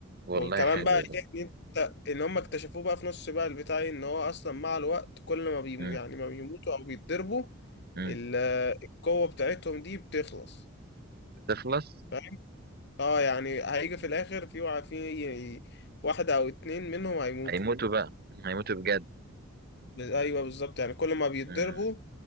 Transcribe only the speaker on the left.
وكمان
بقى
إيه ان انت ان هم اكتشفوه بقى في نص بقى البتاع إيه، ان هو اصلا مع الوقت كل ما بيمو
يعني ما بيموتوا او بيتضربوا
ال- القوة بتاعتهم دي بتخلص
فاهم اه يعني هيجي في الاخر في وع- في واحدة او اتنين منهم هيموتوا
ب- ايوه بالظبط يعني كل ما بيتضربوا